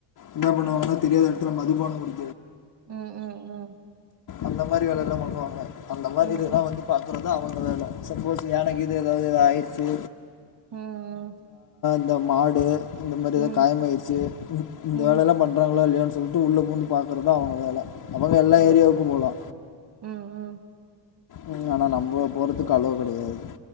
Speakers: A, on the left (about 50°); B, on the right (about 60°).
A: என்னா பண்ணுவாங்னா தெரியாத எடத்துல மதுபான குடி
B: ம் ம் ம்
A: அந்த மாரி வேலையெலா பண்ணுவாங்க அந்த மாரி
B: ம் ம்
A: இதெலா வந்து பாக்குறதா அவுங்க வேல சப்போஸ் யான கீது எதாவுது ஆயிருச்சு
B: ம் ம்
A: இந்த மாடு இந்த மாரி
B: ம்
A: எதாவ்து காயமாயிருச்சு
B: ம்
A: இந்த
B: ம்
A: வேலையெலா பண்றாங்க இல்லயா சொல்ட்டு உள்ள பூந்து பாக்கறதா அவுங்க வேல அவுங்க எல்லா
B: ஓ
A: ஏரியாக்கு போலா
B: ம் ம்
A: ம் ஆனா நம்ப போறதுக்கு அலோ கெடையாது